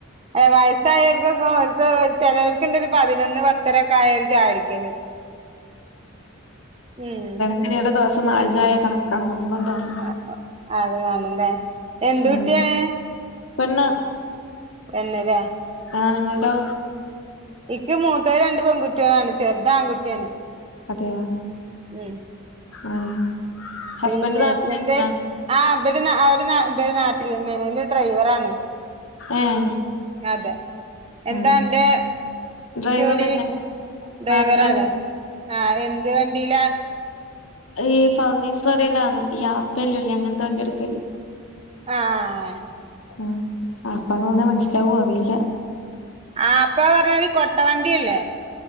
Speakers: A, on the right; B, on the left.
A: വയസ്സായവർക്കൊക്ക വെച്ചാവിടച്ച അവർക്ക് ചിലർക്ക് നിക്കിണ്ടൊരു പതിനൊന്ന് പത്തരൊക്കൊയായ ഒരു ചായുടിക്കല് മ്മ്
B: പിന്നെ ഈടെ ദിവസം നാല്ചായ കണക്കാണ് മുന്ന്‌ തന്നുന്നു
A: ആഹ് അത് കാണല്ലേ എന്ത്
B: ഉം
A: കുട്ടിയാണ്
B: പെണ്ണ്
A: പെണ്ണ്ലേ
B: ആഹ് നിങ്ങളുടൊ
A: നിക്ക് മൂത്തത് രണ്ട് പെൺകുട്ടികളാണ് ചെർത് ആൺകുട്ടിയാണ്
B: അതെയാ
A: ഉം
B: ആഹ് ഹസ്ബൻഡ്
A: പിന്നെ
B: നാട്ടിലിണ്ട
A: എന്റെ ആഹ് ഇവര് അവര് ഇവര് നാട്ടിലന്നെയാണ് ഒരു ഡ്രൈവറാണ്
B: ഏഹ്
A: അതെ എന്താ
B: ആഹ്
A: അന്റെ
B: ഡ്രൈവർ
A: ജോലി
B: തന്നെ
A: ഡ്രൈവറല്ലേ
B: നാട്ടിലെന്നെ
A: ആഹ് എന്ത് വണ്ടീലാ
B: ഈ ഫർണിച്ചറ്കടേയിലാന്ന് ഈ ആപ്പയെല്ലുല്ലേ അങ്ങനത്തെ വണ്ടി എടുക്കല്
A: ആഹ്
B: ആഹ് ആപ്പാന്നു പറഞ്ഞ മനസ്സിലാവുവോന്നറിയില്ല
A: ആപ്പ പറഞ്ഞാല് കൊട്ടവണ്ടിയല്ലേ